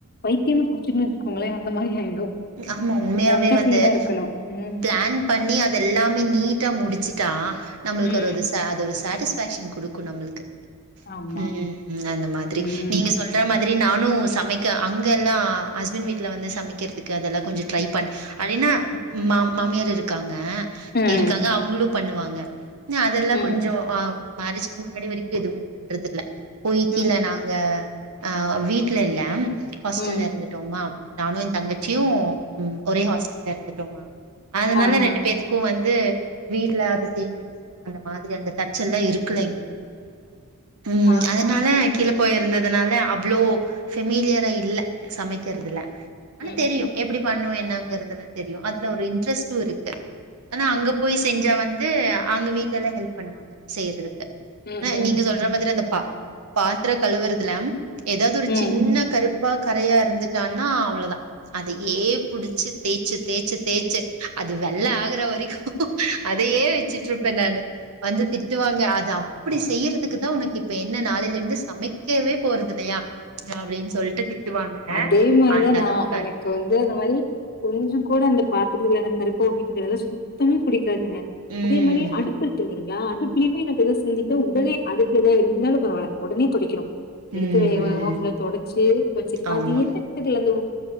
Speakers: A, on the left; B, on the right.
A: பைத்தியமா புடிச்சிடன்னு வச்சிக்கோங்களே அந்த மாதிரி ஆயிடு
B: ஆமா
A: அது
B: உண்மையாவே
A: கரெக்டா
B: வந்து
A: கிளீனா இருக்கணு ம்
B: பிளான் பண்ணி அத எல்லாமே நீட்டா முடிச்சுட்டா நம்மளுக்கு
A: ம்
B: ஒரு அது ச அது ஒரு சாட்டிஸ்ஃபேக்ஷன் கொடுக்கு நம்மளுக்கு
A: ஆமா
B: உம் அந்த மாதிரி
A: ம்
B: நீங்க சொல்ற மாதிரி நா னு சமைக்க அங்க எல்லா ஹஸ்பண்ட் வீட்டல வந்து சமைக்கிற க்கு அதெல்லா கொஞ்ச ட்ரை பண்ணி அப்படினா மா மாமியார் இருக்காங்க
A: ம்
B: இருக்காங்க அவங்களு பண்ணுவாங்க அதெல்லா
A: ம்
B: கொஞ்ச ஆ மரேஜ்சுக்கு முன்னாடி வரைக்கு எதுவுமே பண்றது இல்ல பொய்கில
A: ம்
B: நாங்க ஆ வீட்ல இல்ல ஹாஸ்டல்ல
A: ம்
B: எறந்துட்டோமா நானு ஏ தங்க ச்சியு ஒரே ஹாஸ்டல்ல இருந்துட்டோமா அதனால
A: ஆ
B: ரெண்டு
A: ஆ
B: பேத்துக்கு வந் வந்து வீட்ல அது செய்னு இது செய்னு அந்த மாதிரி அந்த டச் எல்லா இருக்குல எங்களுக்கு ம்
A: ஆ
B: அதனால கீழ பொயிருந்ததுனால அவ்ளோ சிமிலியரா இல்ல சமைக்கறதுல ஆனா
A: ம்
B: தெரியு
A: ம்
B: எப்டி பண்ணுவேனு என்னாங்கறதுலா தெறியு அப்றோ ஒரு இண்ட்ரஸ்ட்டு இருக்கு ஆனா அங்க போய் செஞ்சா வந்து அங்க வீட்லலா ஹெல்ப் பண்ணுவாங்க செய்றது
A: ம்
B: ஆனா
A: ம்
B: நீங்க சொல்ற மாதிரி அந்த பா பாத்தர கழுவுறதுலாம் ஏதாது ஒரு சின்ன
A: ம்
B: கருப் இப்ப கரையா இருந்துட்டான்னா அவ்ளோ தா அதையே புடிச்சி தேச்சி தேச்சி தேச்சி அது வெள்ள ஆகுற வரைக்கு அதையே வச்சுட்ருப்பே நானு வந்து திட்டுவாங்க அது அப்டி செய்றது க்கு தா ஒனக்கு இப்ப என்ன நாளைல இருந்து சமைக்கவே போறது இல்லையா அப்டின்னு சொல்ட்டு திட் டுவாங்க
A: அதே மாரிதா
B: அந்த
A: நா
B: அளவுக்
A: எனக்கு வந்து அந்த மாரி கொஞ்ஜோ குட அந்த பா அதுலயே எனக்கு கருப்பு <unintelligible> சுத்தமா புடிக் க்காதுங்க
B: ம்
A: அதே மாரி அடுப்பு இருக்கு இல்லைங் நா அடுபிலையுமே எனக்கு எதா சிந்திட்டா உடனே அடுபுல்ல எதா இருந்தாலு பரவாலை ஒடனே துடைக்கனும் எடுத்து
B: ம்
A: வேக
B: ம்
A: வேகமா புஃல்லா தொடச்சி வச்சிரு
B: ஆமா
A: அது எந்த எடத்துல <inaudible>